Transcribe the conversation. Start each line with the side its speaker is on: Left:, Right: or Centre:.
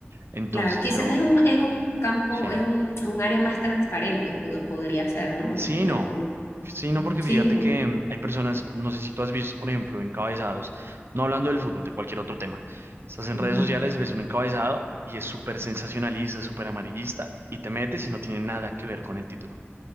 Right: Entonces
Left: Claro, quizás
Right: yo,
Left: es un, es un campo,
Right: sí.
Left: es un, un área más transparente, pudo- podría ser, ¿no?
Right: Sí,
Left: De
Right: no.
Left: pronto.
Right: Sí, no, porque
Left: Sí,
Right: fíjate
Left: no.
Right: que mm, hay personas, no sé si tú has visto, por ejemplo, encabezados, no hablando del fútbol, de cualquier otro tema. Estás en
Left: Ujú.
Right: redes sociales, ves un encabezado y es súper sensacionalista, súper amarillista, y te metes y no tiene nada que ver con el título.